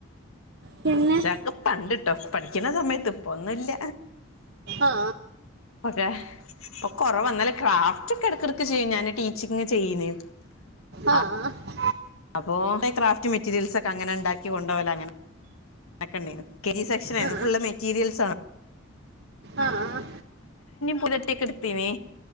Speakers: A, on the right; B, on the left.
A: പിന്നെ
B: ക്ഷക്കെ പണ്ട്ട്ടോ. പഠിക്കണ സമയത്ത് ഇപ്പൊന്നുല്ല.
A: ആ
B: അതെ ഇപ്പ കൊറവ ഇന്നാലും ക്രാഫ്റ്റ് ഒക്കെ എട് ക്ക് ചെയ്യും ഞാന് ടീച്ചിങ് ചെയ്നെ.
A: ആ ആ
B: ആഹ് അപ്പോ ക്രാഫ്റ്റ് മെറ്റീരിയൽസ് ഒക്കെ അങ്ങനെ ഇണ്ടാക്കി കൊണ്ടോകല അങ്ങനെ അക്കണ്ടേനു. കെ ജി സെക്ഷൻ ആയിരുന്നു
A: ആ
B: ഫുള്ള് മെറ്റീരിയൽസ് ആ
A: ആഹ് ആഹ്
B: പുലട്ടിയക്കെ എട്ത്തീനി.